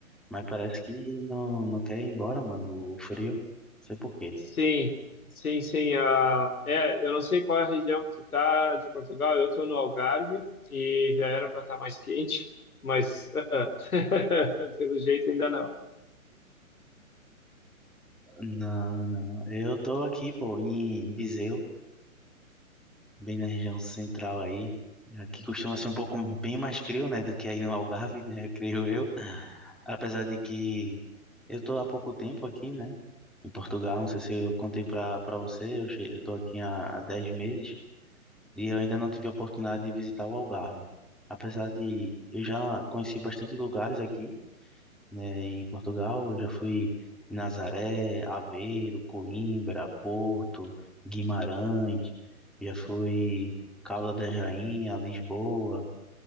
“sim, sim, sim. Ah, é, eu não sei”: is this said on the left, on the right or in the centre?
Left